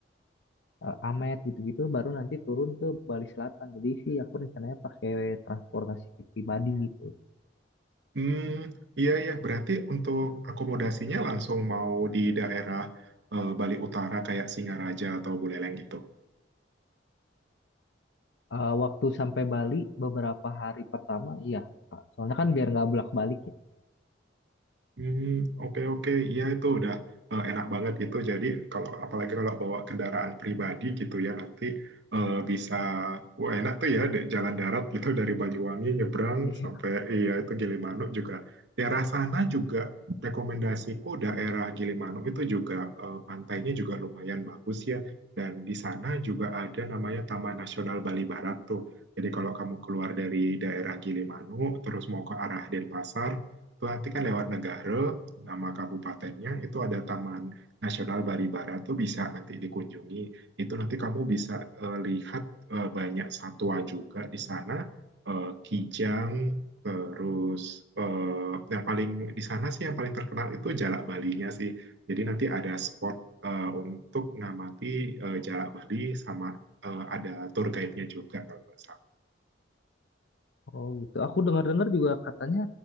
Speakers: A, on the left (about 65°); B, on the right (about 65°).
A: eh, Amet gitu-gitu baru nanti turun ke Bali Selatan. Jadi sih aku rencananya pakai transportasi pribadi gitu.
B: Hmm, iya ya, berarti untuk akomodasinya langsung mau di daerah eh, Bali Utara kayak Singaraja atau Buleleng gitu.
A: Eh, waktu sampai Bali beberapa hari pertama iya, Kak. Soalnya kan biar nggak bolak-balik ya.
B: Hmm, oke oke, Iya itu udah eh, enak banget gitu. Jadi kalau apalagi kalau bawa kendaraan pribadi gitu ya nanti eh, bisa wah enak tuh ya di jalan darat gitu <laughs> dari Banyuwangi nyebrang
A: <laughs> Iya.
B: sampai iya itu Gilimanuk juga. Daerah sana juga rekomendasiku daerah Gilimanuk itu juga eh, pantainya juga lumayan bagus ya. Dan di sana juga ada namanya Taman Nasional Bali Barat tuh. Jadi kalau kamu keluar dari daerah Gilimanuk terus mau ke arah Denpasar itu nanti kan lewat negara, nama kabupatennya, itu ada Taman Nasional Baribara tuh bisa nanti dikunjungi. Itu nanti kamu bisa eh, lihat eh, banyak satwa juga di sana, eh, kijang, terus eh, yang paling di sana sih yang paling terkenal itu Jalak Balinya sih. Jadi nanti ada spot eh, untuk ngamati eh, Jalak Bali sama eh, ada tour guide-nya juga kalau nggak salah.
A: Oh gitu. Aku dengar-dengar juga katanya